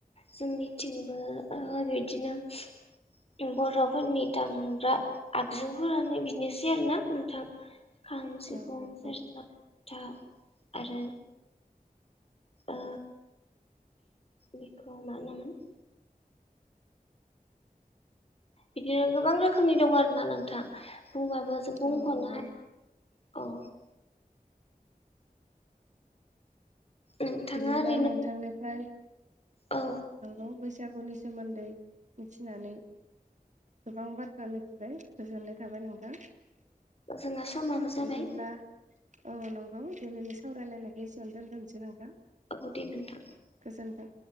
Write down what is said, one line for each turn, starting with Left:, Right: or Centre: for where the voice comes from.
Left: जोंनिथिंबो ओ बिदिनो बर'फोरनि दामग्रा आगजुफोरानो बिदनोसै आरो ना नोंथां खाम सिफुं
Right: औ नंगौ
Left: सेरजा जथा आरो ओ बेखौ मा होनोमोन बिदिनो गोबां रोखोमनि दं आरो ना नोंथां बुंबाबोजो बुंख'नो
Right: औ नंगौ
Left: हाया औ नोंथाङा
Right: बिदिब्ला
Left: ओरैनो
Right: नोंथांनिफ्राय
Left: औ
Right: नंगौ बैसागुनि सोमोन्दै मिथिनानै गोबां बाथ्रा मिथिबाय गोजोननाय थाबाय नोंथां
Left: जोंहा समाबो जाबाय
Right: बिदिब्ला औ नंगौ दिनैनि सावरायलायनायखो एसेयावनो दोनथ'नोसै नोंथां
Left: औ दे नोंथां
Right: गोजोन्थों।